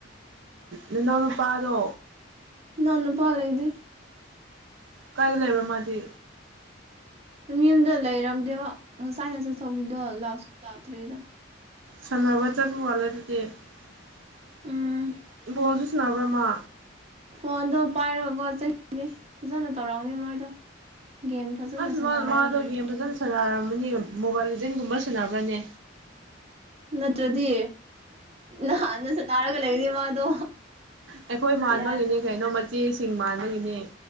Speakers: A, on the right; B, on the right.
A: ꯅꯅꯥꯎꯅ ꯅꯨꯄꯥ ꯑꯗꯣ
B: ꯅꯅ ꯄꯥ ꯂꯩ ꯂꯩꯗꯤ
A: ꯀꯥꯏꯗ ꯂꯩꯕ꯭ꯔꯣ ꯃꯥꯗꯤ
B: ꯌꯨꯝꯗ ꯂꯩꯔꯝꯗꯦꯕ ꯉꯁꯥꯏꯅ ꯆꯠꯊꯧꯕꯤꯗꯣ ꯂꯥꯛꯁꯨ ꯂꯥꯛꯇ꯭ꯔꯦꯗ
A: ꯁꯟꯗꯔꯕ ꯆ ꯋꯥꯂꯗꯗꯤꯦꯣ
B: ꯎꯝ
A: ꯅꯕ꯭ꯔꯃ
B: ꯐꯣꯟꯗꯣ ꯄꯥꯏꯔꯀꯣ ꯆꯗꯤ ꯐꯖꯅ ꯇꯧꯔꯛꯎꯅꯦ ꯃꯣꯏꯗꯣ ꯒꯦꯝ ꯐꯖꯅ
A: ꯑꯁ
B: ꯁꯥꯟꯅꯔꯒ
A: ꯃꯥꯗꯣ
B: ꯂꯩꯔꯝꯃꯤ
A: ꯌꯦ ꯐꯖꯅ ꯁꯥꯟꯅꯔꯝꯃꯅꯤ ꯃꯣꯕꯥꯏꯜ ꯂꯤꯖꯟꯒꯨꯝꯕ ꯁꯥꯟꯅꯕ꯭ꯔꯅꯦ
B: ꯅꯠꯇ꯭ꯔꯗꯤ ꯅꯍꯥꯟꯅꯁꯨꯅꯥꯔꯒ ꯂꯩꯗꯤ ꯃꯥꯗꯣ
A: ꯑꯩꯈꯣꯏ ꯃꯥꯟꯕꯒꯤꯅꯦ
B: ꯌꯥꯗꯕ
A: ꯀꯩꯅꯣ ꯃꯆꯦꯁꯤꯡ ꯃꯥꯟꯕꯒꯤꯅꯦ